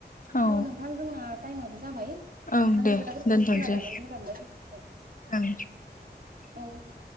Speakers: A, on the left (about 50°); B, on the right (about 55°).
A: औ
B: त' नोंथां जोंना टाइमाबो जाबाय नोंथांनि
A: ओं दे
B: खोथाफोरखौ
A: दोनथ'नोसै
B: खोनानानै मोजां मोनबाय।
A: ओं
B: औ।